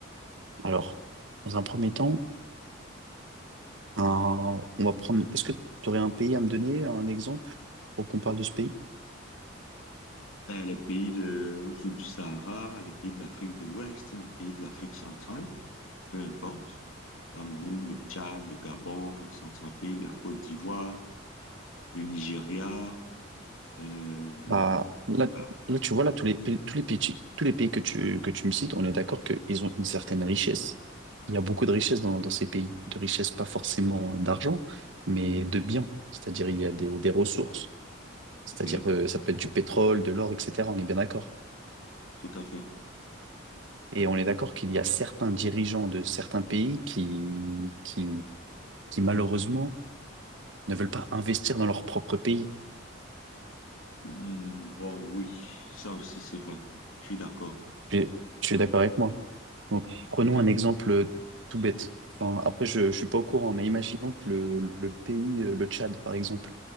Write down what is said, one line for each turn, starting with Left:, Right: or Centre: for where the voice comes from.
Right: Alors, dans un premier temps, un- on va prendre, est-ce que tu aurais un pays à me donner, un exemple pour qu'on parle de ce pays?
Left: Ben, les pays de, au sud du Sahara, les pays de l'Afrique de l'Ouest, les pays de l'Afrique centrale, peu importe. Cameroun, le Tchad, le Gabon, la Centrafrique, la Côte d'Ivoire, le Nigeria, euh, le...
Right: Bah, là,
Left: Voilà,
Right: là, tu vois, là, tous les, pays- tous les pays, tous les pays que tu, que tu me cites, on est d'accord qu'ils ont une certaine richesse. Il y a beaucoup de richesse dans, dans ces pays, de richesse pas forcément d'argent, mais de biens. C'est-à-dire, il y a des des ressources.
Left: ok,
Right: C'est-à-dire, euh, ça peut être du pétrole, de l'or, etc. On est bien d'accord.
Left: tout à fait.
Right: Et on est d'accord qu'il y a certains dirigeants de certains pays qui, qui, qui malheureusement ne veulent pas investir dans leur propre pays.
Left: Hmm, bon, oui, ça aussi c'est vrai. Je suis d'accord,
Right: Tu tu es d'accord avec moi? Donc, prenons
Left: tout à
Right: un
Left: fait.
Right: exemple euh, tout bête. Enfin, après, je ne suis pas au courant, mais imaginons que le, le pays, euh, le Tchad, par exemple,